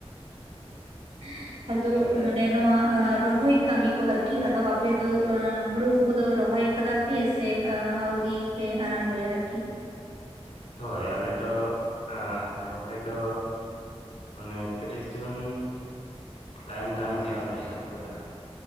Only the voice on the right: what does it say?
<inaudible> ᱟᱫᱚ
ᱢᱟᱱᱮ ᱱᱚᱣᱟ ᱨᱚᱦᱚᱭ ᱠᱟᱹᱢᱤ ᱠᱚ ᱟᱨᱠᱤ ᱟᱫᱚ ᱟᱯᱮ ᱫᱚ ᱮᱸ ᱦᱩᱲᱩ ᱠᱚᱫᱚ ᱨᱚᱦᱚᱭ ᱠᱟᱫᱟ ᱯᱮ ᱥᱮ ᱟᱣᱨᱤ ᱯᱮ ᱟᱨᱟᱢᱵᱚᱭᱟ ᱟᱨᱠᱤ?